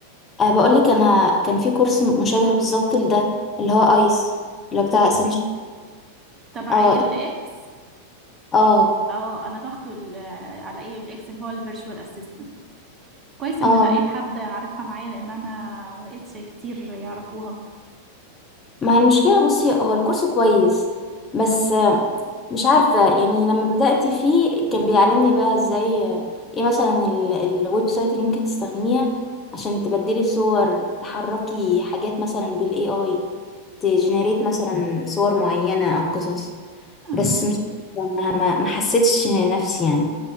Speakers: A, on the left; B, on the right.
A: أه بقول لك انا كان في كورس مشابه بالظبط لده اللي هو ايس اللي هو بتاع
B: لا
A: اسنشن
B: تبع
A: اه
B: ايه الاكس
A: اه
B: اه انا باخده ال- على ايه الاكس اللي هو الفيرتشوال اسيستنت كويس
A: اه
B: ان لقيت حد عارفها معايا لان انا ما لقيتش كتير يعرفوها
A: ما المشكله بصي هو الكورس كويس بس آه، مش عارفه يعني لما بدات فيه كان بيعلمني بقى ازاي آه، ايه مثلا ال- الويب سايت اللي ممكن تستخدميها عشان تبدلي صور تحركي حاجات مثلا بالاي اي تجنريت مثلا صور معينه او قصص
B: اه
A: بس مش ما ما ما حسيتش نفسي يعني